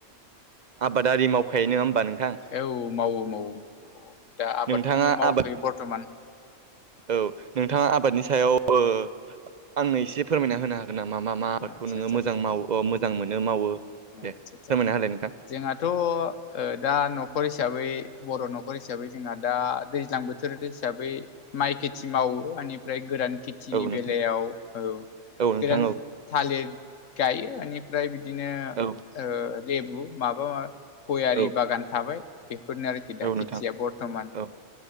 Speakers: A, on the right (about 45°); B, on the left (about 75°).
A: आबादारि मावखायो नोङा होमबा नों
B: औ मावो मावो <unintelligible> दा आबादखौनो
A: नोंथाङा
B: मावथ'यो
A: आबाद
B: बरत'मान
A: औ नोंथाङा आबादनि सायाव ओ आंनो एसे फोरमायना होनो हागोन नामा मा मा आबादखौ
B: आदसा
A: नोङो मोजां माव ओ मोजां मोनो मावो दे
B: आत्सा सा
A: फोरमायना होलाय नोंथां
B: जोंहाथ' ओ दा न'खर हिसा साबै बर' न'खर हिसाबै जोंहा दा दैज्लां बोथोर हिसाबै माइ खेथि मावो <unintelligible> निफ्राय गोरान खेथिनि
A: औ नोंथां
B: बेलायाव औ <unintelligible>
A: औ नोंथां औ
B: थालिद गायो ओनिफ्राय बिदि दिनो
A: औ
B: ओ लेबु माबा मा गयारि
A: औ
B: बागान थाबाय बेफोरनो आरोखि
A: औ
B: दा खेथिया
A: नोंथां
B: बरत'मान
A: औ